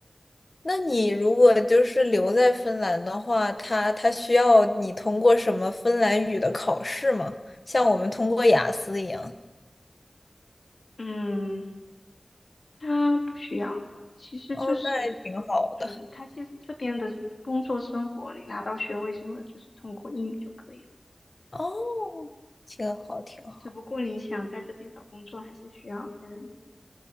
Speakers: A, on the left; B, on the left.
A: 那你如果就是留在芬兰的话，他他需要你通过什么芬兰语的考试吗？像我们通过雅思一样。
B: 嗯，它不需要，其实就是，
A: 哦，那还挺好的。
B: 嗯，他其实这边的工作生活，你拿到学位什么，就是通过英语就可以了。
A: 哦，挺好，挺好。
B: 只不过你想在这边找工作，还是需要芬兰语。